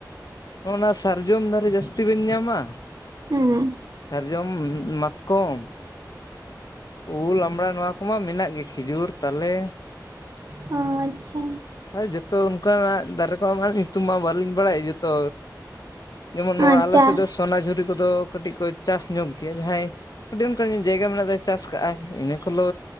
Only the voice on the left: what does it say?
ᱱᱚᱜᱼ ᱱᱟ ᱥᱟᱨᱡᱚᱢ ᱫᱟᱨᱮ ᱡᱟᱹᱥᱛᱤ ᱵᱮᱱ ᱧᱟᱢᱟᱼᱼ
ᱥᱟᱨᱡᱚᱢ ᱢᱟᱛᱠᱚᱢᱼᱼ ᱩᱞ ᱟᱢᱲᱟ ᱱᱚᱣᱟ ᱠᱚᱢᱟ ᱢᱮᱱᱟᱜ ᱜᱮ ᱠᱷᱤᱡᱩᱨ ᱛᱟᱞᱮᱼᱼ
ᱡᱚᱛᱚ ᱚᱱᱠᱟᱱᱟᱜ ᱫᱟᱨᱮ ᱠᱚᱦᱚᱸ ᱢᱟ ᱧᱩᱛᱩᱢ ᱢᱟ ᱵᱟᱹᱞᱤᱧ ᱵᱟᱲᱟᱭ ᱡᱚᱛᱚᱼᱼ ᱡᱮᱢᱚᱱ ᱱᱚᱣᱟ
ᱟᱞᱮ ᱥᱮᱫ ᱫᱚᱼᱼ ᱥᱚᱱᱟᱡᱷᱩᱨᱤ ᱠᱚᱫᱚ ᱠᱟᱹᱴᱤᱡ ᱠᱚ ᱪᱟᱥ ᱧᱚᱜ ᱜᱮᱭᱟ ᱡᱟᱦᱟᱸᱭ, ᱠᱟᱹᱴᱤᱡ ᱚᱱᱠᱟ ᱡᱟᱭᱜᱟ ᱢᱮᱱᱟᱜᱼᱼ ᱪᱟᱥ ᱠᱟᱜᱼᱟᱭ ᱤᱱᱟᱹ ᱠᱚᱞᱚ